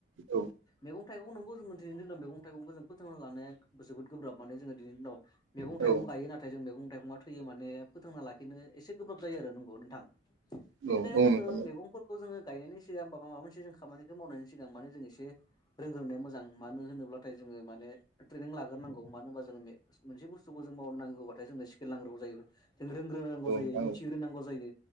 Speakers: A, on the right (about 80°); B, on the left (about 20°).
A: औ।
B: मैगं थाइगं नंगौ जोङो दिनैनि दिनाव मैगं थाइगंखो जों फोथांना लानाया जोबोद गोब्राब माने जोङो दिनैनि दिनाव मैगं थाइगं
A: औ नोंथां
B: गायो नाथाय जों मैगं थाइगङा थैयो माने फोथांना लाखिनो एसे गोब्राब जायो आरो नंगौ नोंथां।
A: औ
B: बेनिखायनो
A: औ नोंथां
B: जोङो
A: औ
B: मेगंफोरखौ जोङो गायनायनि सिगां बा माबा मोनसे जों खामानिखौ मावनायनि सिगां माने जों एसे <unintelligible> रोंग्रोनाया मोजां मानो होनोब्लाथाय जोङो माने ट्रेनिं लाग्रोनांगौ मानो होमबा जों मे मोनसे बुस्थुखौ जों मावनांगौबाथाय जोंनो स्केल नांग्रोगौ जायो। जों रोंग्रोनांगौ
A: नोंथां
B: जायो मिथिग्रोनांगौ जायो